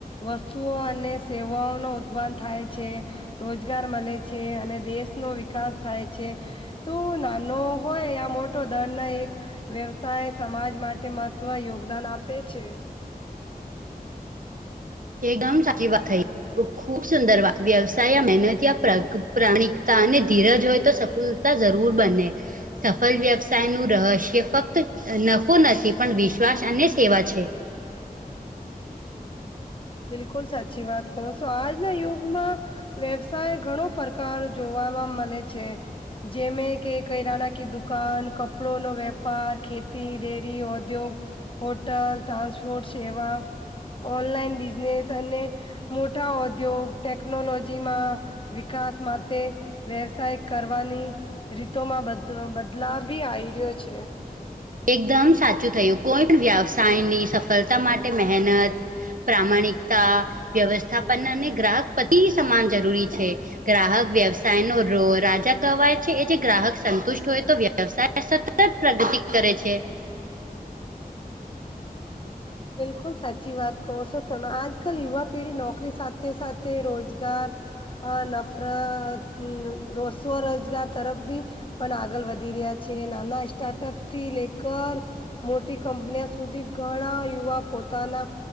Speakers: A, on the left (about 35°); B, on the right (about 60°).
A: વસ્તુઓ અને સેવાઓ નો ઉત્પન્ન થાય છે. રોજગાર મળે છે, અને દેશનો વિકાસ થાય છે. તો નાનો હોય આ મોટો, દર નો એક વ્યવસાય સમાજ માટે મહત્વ યોગદાન આપે છે.
B: એકદમ સાચી વાત થઈ. ખુબ સુંદર વાત. વ્યવસાય મહેનત, પ્રાણિકતા અને ધીરજ હોય, તો સફળતા તો જરૂર બને. સફલ વ્યવસાય નું રહસ્ય ફક્ત નફો નથી, પણ વિશ્વાસ અને સેવા છે.
A: બિલકુલ સાચી વાત કહો છો. આજના યુગમાં વ્યવસાય ઘણો પ્રકાર જોવાવા મળે છે. જેમે કે કિરાણાકી દુકાન, કપડોનો વેપાર, ખેતી, ડેરી, ઉદ્યોગ. હોટલ, ટ્રાન્સપોર્ટ સેવા, ઓનલાઈન બિઝનેસ અને મોટા ઉદ્યોગ, ટેકનોલોજીમાં વિકાસ માટે વ્યવસાય કરવાની રીતોમાં બદલા બી આવી રહ્યો છે.
B: એકદમ સાચું થયું. કોઈ પણ વ્યવસાયની સફળતા માટે મહેનત પ્રામાણિકતા, વ્યવસ્થાપન અને ગ્રાહક પતિ સમાન જરૂરી છે. ગ્રાહક વ્યવસાય નો રાજા કહેવાય છે. એ જે ગ્રાહક સંતુષ્ટ હોય, તો વ્યવ વ્યવસાય સતત પ્રગતિ કરે છે.
A: બિલકુલ સાચી વાત કહો છો તમે. આજકાલ યુવા પેઢી નોકરી સાથે સાથે રોજગાર અ નફરત રો સ્વરોજગાર તરફ બી, પણ આગળ વધી રહ્યા છે, નાના સ્ટાર્ટઅપ થી લેકર મોટી કંપનિયા સુધી ઘણા યુવા પોતાના